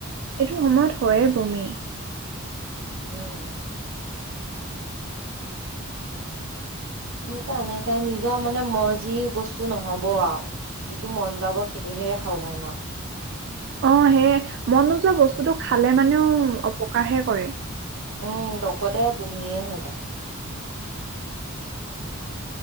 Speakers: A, on the right (about 55°); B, on the right (about 70°).
A: এইটো সমত হয়ে বমি
B: উম <inaudible> সেইকাৰণে এতিয়া নিজৰ মানে মৰ্জি বস্তু নহব আও যিটো মন যাব সিটোহে খাব পাৰিম আও
A: অ সেয়ে মন নোযোৱা বস্তুটো খালে মানেও অপকাৰহে কৰে
B: উম লগতে বমিয়ে হৈ যায়